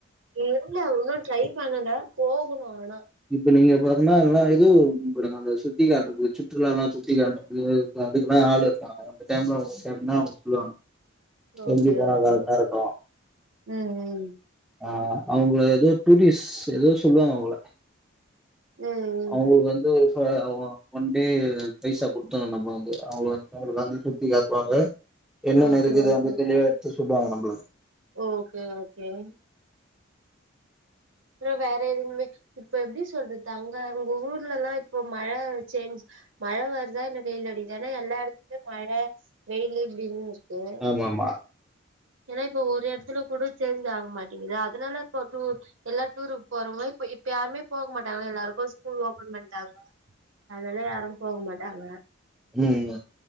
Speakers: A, on the right; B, in the centre.
A: இல்ல ஒன்னு ட்ரை பண்ணல போகணு ஆனா
B: இப்ப நீங்க பாத்தீங்கன்னா எல்லாம் ஏதவு இ அந்த சுத்தி காட்டுறக்குது சுற்றுலால்லா சுத்தி காட்டுறக்கு அதுக்கெல்லா ஆள் இருக்காங்க அந்த டைம்ல அவங்க சேர்னா அவங்க சொல்லுவாங்க
A: ஓகே
B: எப்டி போனா
A: ஓகே
B: கரெக்டா இருக்கு
A: ம் ம்
B: ஆ அவங்கள எதோ டூரிஸ்ட் எதோஷ் சொல்வாங்க அவுங்கள
A: ம் ம்
B: அவுங்களுக்கு வந்து ஒரு ச ஒன் டே பைசா குடு த்தனு நம்ம வந்து அவுங்க வந்து நம்மளுக் வந்து சுத்தி காட்டுவாங்க என்னென்ன
A: ஓகே
B: இருக்குது
A: ஓகே
B: வந்து தெளிவா எடுத்து சொல்லுவாங்க நம்பளுக்
A: ஓகே ஓகே அப்றொ வேற எதுமே இப்ப எப்டி சொல்றது அங்க அங்க ஊர்லல்லா இப்ப மழ சேஞ்ச் மழ வருதா இல்ல வெயில் அடிக்குது ஏனா எல்லா எடத் துல மழ வெயிலு இப்டின்னு இருக்கு
B: ஆமா ஆமா
A: ஏனா இப்ப ஒரு எடத்துல கூட சேஞ்ச் ஆக மாட்டெங்குது அதுனால இப்ப டூர் எல்லா டூருக்கு போறவுங்க இப்ப இப்ப யாருமே போக மாட்டாங்க எல்லாருக்கு ஸ்கூல் ஓபன் பண்ட்டாங்க அதுனால யாரு போக மாட்டாங்க
B: ம்மா